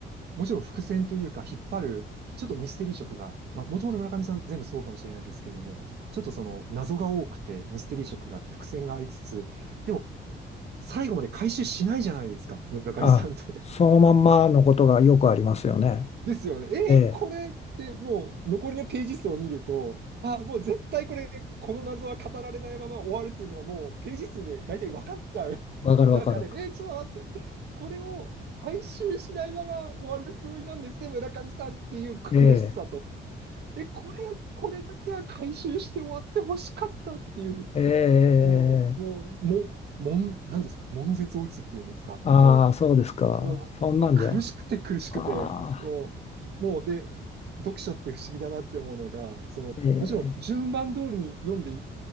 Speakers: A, on the right; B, on the left.
A: う、もちろん伏線というか、引っ張る、ちょっとミステリー色が、まあ、もともと村上さん全部そうかもしれないですけれども、ちょっとその謎が多くて、ミステリー色があって、伏線がありつつ、でも、最後まで回収しないじゃないですか、村上さんって。
B: あ、そのまんまのことがよくありますよね。
A: ですよね。
B: ええ
A: えーこれってもう残りのページ数を見ると、あ、もう絶対これ、この謎は語られないまま終わるっていうのがもうページ数で大体分かっちゃう
B: わかるわかる。
A: <laughs> 中で、えーちょっと待って、これを回収しないまま終わるつもりなんですね、村上さんっていう苦しさと。
B: ええ
A: え、これ、これだけは回収して終わってほしかったっていう、
B: ええ
A: もう、もう、もう、もん、なんですか、悶絶を打つっていうんですか、
B: ああ、
A: もう。
B: そうですか。
A: もう苦しくて苦しくて、
B: そんなんじゃ。ああ、
A: もう、もうで、読書って不思議だなって思うのが、その、
B: ええ
A: もちろん順番通りに読んでい、